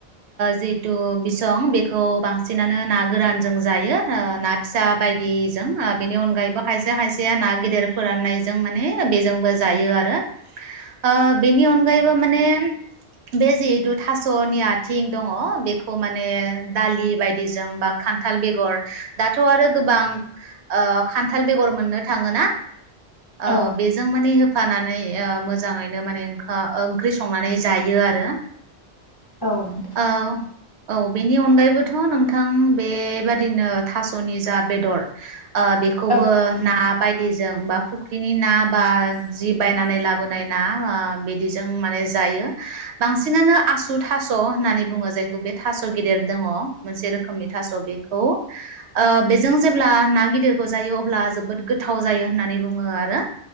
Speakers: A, on the right (about 75°); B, on the left (about 25°).
A: जिहेथु बिसं बेखौ बांसिनानो ना गोरानजों जायो ओ ना फिसा बायदिजों ओ बेनि अनगायैबो खायसे खायसेया ना गेदेर फोराननायजों माने बेजोंबो जायो आरो ओ बेनि अनगायैबो माने बे जिहेथु थासनि आथिं दङ बेखौ माने दालि बायदिजों बा खान्थाल बेगर दाथ आरो गोबां ओ खान्थाल बेगर मोननो थाङोना। ओ
B: औ
A: बेजों माने होफानानै ओ मोजाङैनो माने ओखा ओंख्रि संनानै जायो आरो।
B: औ नोंथां
A: ओ औ बेनि अनगायैबोथ नोंथां बेबादिनो थासनि जा बेदर ओ बेखौबो
B: औ
A: ना बायदिजों बा फुख्रिनि ना बा जि बायनानै लाबोनाय ना ओ बिदिजों माने जायो बांसिनानो आसु थास होननानै बुङो जायखौ बे थास गेदेर दङ मोनसे रोखोमनि थास बेखौ ओ बेजों जेब्ला ना गिदिरखौ जायो अब्ला जोबोद गोथाव जायो होननानै बुङो आरो।